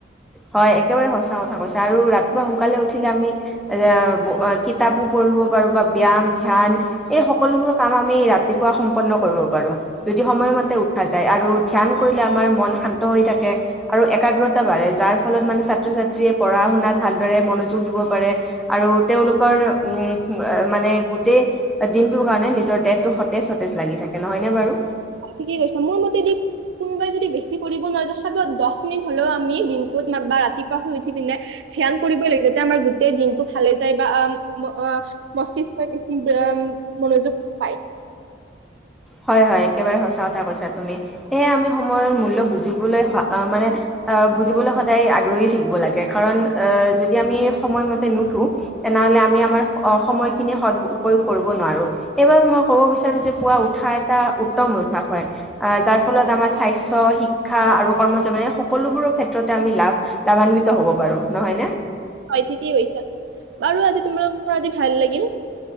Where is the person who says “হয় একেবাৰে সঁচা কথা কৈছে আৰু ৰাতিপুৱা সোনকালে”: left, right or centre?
Centre